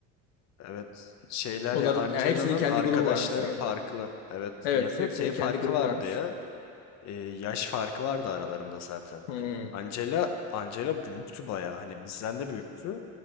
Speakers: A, on the left; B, on the left.
A: Evet. Şeyler
B: Onların
A: ya Angela'nın
B: yani hepsinin kendi
A: arkadaşları
B: grubu varmış. Evet.
A: farklı. Evet.
B: Evet,
A: Ya da
B: hepsinin
A: şey farkı
B: kendi grubu
A: vardı
B: varmış.
A: ya. Ee, yaş farkı vardı aralarında zaten.
B: Hmm,
A: Angela Angela büyüktü bayağı. Hani bizden de büyüktü.